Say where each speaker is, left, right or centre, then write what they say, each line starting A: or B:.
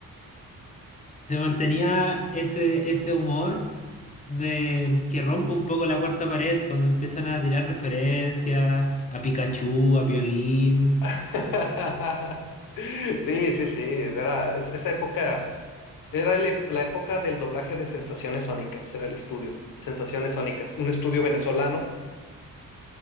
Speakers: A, on the left; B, on the left.
A: Se mantenía ese, ese humor de que rompe un poco la cuarta pared cuando empiezan a tirar referencias a Pikachu, a Piolín.
B: <laughs> Sí, sí, sí, era, es- esa época era el ep- la época del doblaje de Sensaciones Sónicas, era el estudio, Sensaciones Sónicas, un estudio venezolano,